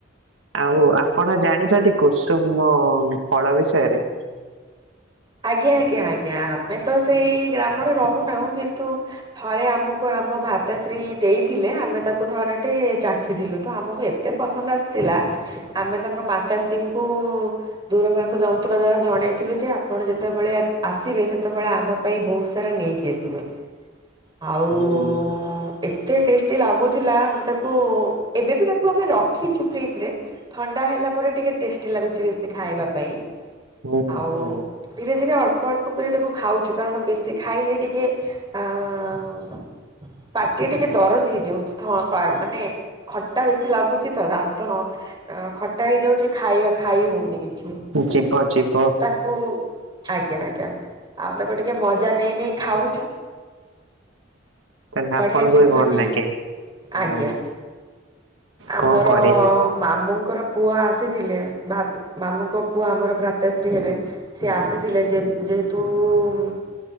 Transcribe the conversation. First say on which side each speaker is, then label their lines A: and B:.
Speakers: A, on the right (about 85°); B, on the right (about 25°).
A: ଆଉ ଆପଣ ଜାଣିଛନ୍ତି କୁସୁମ ଫଳ ବିଷୟରେ।
B: ଆଜ୍ଞା, ଆଜ୍ଞା, ଆଜ୍ଞା ଆମେ ତ ସେଇ ଗ୍ରାମରେ ରହୁ ନାହୁଁ କିନ୍ତୁ ଥରେ ଆମକୁ ଆମ ଭାତାଶ୍ରୀ ଦେଇଥିଲେ ଆମେ ତାକୁ ଥରେ ଟେ ଚାକ ଖିଥିଲୁ ତ ଆମକୁ ଏତେ ପସନ୍ଦ ଆସିଥିଲା ଆମେ ତାଙ୍କ ମାତାଶ୍ରୀ ଙ୍କୁ-ଉ-ଉ-ଉ ଦୂରଭାସ ଯନ୍ତ୍ର ଦ୍ଵାରା ଜଣେ ଥିଲୁ ଯେ ଆପଣ ଯେତେବେଳେ କ୍ ଆସିବେ, ସେତେବେଳେ ଆମ ପାଇଁ ବହୁତ ସାରା ନେଇକି ଆସିଥିବେ। ଆଉ-ଉ-ଉ-ଉ-ଉ
A: ହୁଁ
B: ଏ ଏତେ ଟେଷ୍ଟି ଲାଗୁଥିଲା ଆମେ ତାକୁ-ଉ-ଉ ଏବେ ବି ତାକୁ ଆମେ ରଖିଛୁ ଫ୍ରିଜ ରେ। ଥଣ୍ଡା ହେଲା ପରେ ଟିକେ ଟେଷ୍ଟି ଲାଗୁଛି ବେଶୀ ଖାଇବା ପାଇଁ।
A: ହୁଁ
B: ଆଉ-ଉ-ଉ-ଉ
A: ହୁଁ।
B: ଧୀରେ ଧୀରେ ଅଳ୍ପ ଅଳ୍ପ କରି ତାକୁ ଖାଉଛୁ। କାରଣ ବେଶୀ ଖାଇଲେ ଟିକେ ଆ-ଆ-ଆ-ଆ ପାଟି ଟିକେ ଦରଜ ହେଇଯାଉଛି ଥ ପା ମାନେ ଖଟା ବେଶୀ ଲାଗୁଛି ତ ଦାନ୍ତ ନ ଅ ଖଟା ହେଇଯାଉଛି ଖାଇବା ଖାଇ ହଉନି କିଛି।
A: ଜିବ ଜିପ୍
B: ତାକୁ ଆଜ୍ଞା, ଆଜ୍ଞା ଆଉ ତାକୁ ଟିକେ ମଜା ନେଇ, ନେଇ ଖାଉଛୁ।
A: ତାହେଲେ
B: ବଢିଆ
A: ଆପଣଙ୍କୁ
B: ଜିନିଷ
A: ବି ଭଲ
B: ଟିଏ
A: ଲାଗେ। ହଁ
B: ଆଜ୍ଞା। ଆମର-ଅ-ଅ-ଅ
A: କଣ କରିବା
B: ମାମୁଁ ଙ୍କର ପୁଅ ଆସିଥିଲେ, ଭାବ୍ ମାମୁଙ୍କ ପୁଅ ଆମର ଭା ତା ଶ୍ରୀ ହେବେ ସେ ଆସିଥିଲେ ଯେ ଯେହେତୁ-ଉ-ଉ-ଉ